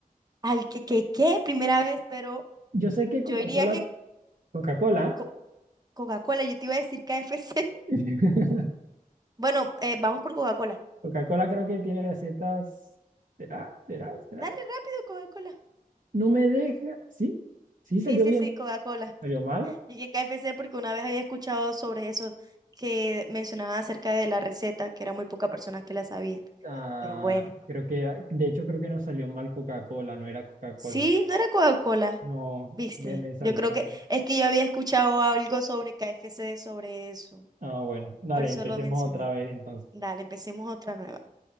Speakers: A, on the right; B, on the right.
A: al que, que, que, primera vez, pero
B: Yo sé que
A: yo
B: Coca-Cola,
A: diría que
B: Coca-Cola.
A: co- Coca-Cola, yo te iba a decir KFC. <laughs>
B: ¿eh? <laughs>
A: Bueno, eh, vamos por Coca-Cola.
B: Coca-Cola creo que tiene recetas. ¿Será? ¿Será? ¿Será?
A: Dale rápido, Coca-Cola.
B: No me deja. Sí, sí
A: Sí,
B: salió
A: sí,
B: bien.
A: sí, Coca-Cola.
B: ¿Salió mala?
A: y que K F C porque una vez había escuchado sobre eso que mencionaban acerca de la receta, que era muy pocas personas que la sabían.
B: Ah,
A: Pero bueno,
B: creo que, de hecho, creo que no salió mal Coca-Cola, no era Coca-Cola.
A: sí, no era Coca-Cola,
B: No,
A: ¿viste?
B: me, me saltó.
A: Yo creo
B: el
A: que es que yo había escuchado algo sobre K F C sobre eso.
B: Ah, bueno, dale,
A: Por eso
B: empecemos
A: lo mencioné.
B: otra vez entonces.
A: Dale, empecemos otra nueva.